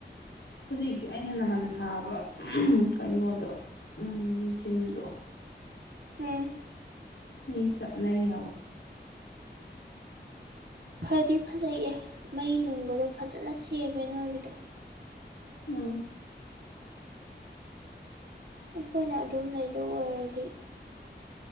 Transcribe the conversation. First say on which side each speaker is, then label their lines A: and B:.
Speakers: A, on the left; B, on the right.
A: ꯍꯧꯖꯤꯛꯁꯦ ꯑꯩꯅ ꯅꯍꯥꯟ ꯊꯥꯕ ꯀꯩꯅꯣꯗꯣ ꯎꯝ ꯖꯤꯝꯗꯣ
B: ꯎꯝ
A: ꯃꯤ ꯆꯠꯅꯩ ꯍꯥꯏꯕ
B: ꯐꯗꯤ ꯐꯖꯩꯌꯦ ꯃꯩ ꯅꯨꯡꯒꯗꯣ ꯐꯖꯅ ꯁꯦꯝꯃꯦ ꯅꯣꯏꯒꯤꯗꯣ
A: ꯎꯝ
B: ꯑꯩꯈꯣꯏꯅ ꯑꯗꯨꯝ ꯂꯩꯗꯧ ꯑꯣꯏꯔꯗꯤ